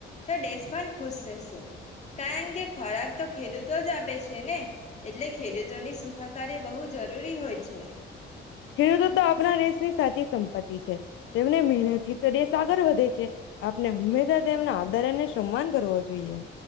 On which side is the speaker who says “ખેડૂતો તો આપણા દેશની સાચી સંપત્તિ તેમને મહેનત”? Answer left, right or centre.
Left